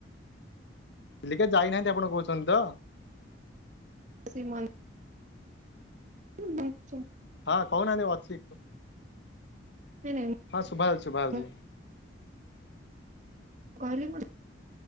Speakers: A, on the left; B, on the right.
A: ଚିଲିକା ଯାଇନାହାନ୍ତି ଆପଣ କହୁଛନ୍ତି ତ
B: ଶେ ମନ୍ ହୁଁ ହୁଁ
A: ହଁ କହୁନାହାନ୍ତି ଅଛି।
B: ନାଇଁ ନାଇଁ
A: ହଁ ସୁଭା ହେଉଛି ଶୁଭା ହେଉଛି।
B: ମୁଁ କହିଲ ମୁ